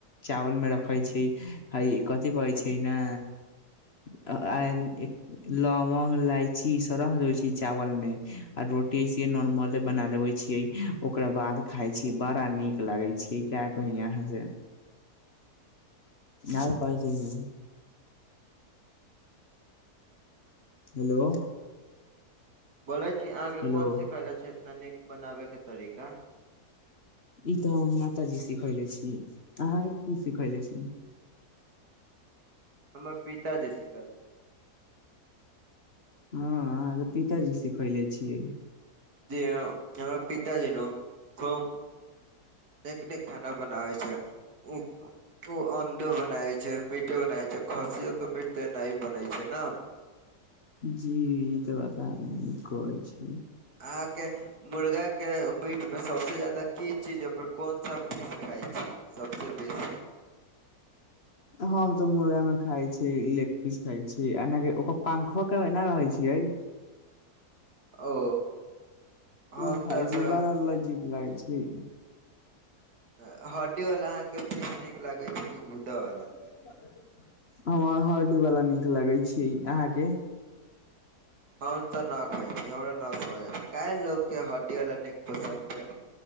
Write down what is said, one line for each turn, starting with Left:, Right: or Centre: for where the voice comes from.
Left: चावल मे रखै छीयै ई हे कथि करै छीयै नै। त आय ई लौंगो, इलायची ई सब रख देबै छीयै चावल में आ रोटी से नॉर्मले बना लेबै छीयै ओकरा बाद खाय छीयै, बड़ा नीक लागे छीयै का कही आहाँ से। और कहे छै की
Right: <inaudible>
Left: हेलो।
Right: बोलै छी अहाँके
Left: हेलो
Right: कोन सीखले छै एतना नीक बनाबै के तरीका?
Left: ई तऽ हमर माताजी सिखेले छी, अहाँके की सिखेले छी?
Right: हमर पिताजी सीखेले।
Left: हां अहाँके पिताजी सिखैले छियै।
Right: जी हां हमर पिताजी न उ कौन निक-निक खाना बनाबै छै, उ उ अंडो बनावे छै, मीटो बनावे छै, खस्सियो के मीट तऽ एनाहि बनै छै नै।
Left: जी ई त बात अहाँके नीक कहै छी।
Right: आहाँ के मुर्गाके मीटमे सबसे ज्यादा की चीज ओकर कोन सा पीस खाइ छीयै। सबसे बेसी
Left: हम त मुर्गा नै खाय छी, लेग पीस खाई छी, एना की ओकर पंखो के एना रहै छियै।
Right: ओ। हम
Left: उ खाइ
Right: तऽ तऽ
Left: छीयै, बड़ा लजीज लागै छै।
Right: अ हड्डी वाला अहाँ के पीस नीक लागे छै कि गूद्दा वाला?
Left: <inaudible> हमरा हड्डी वाला नीक लगे छै, अहाँके?
Right: हम तऽ न खाइ छीयै, हमरा न समझ आवे छै, काहे लोक के हड्डी वाला नीक पसन्द छै।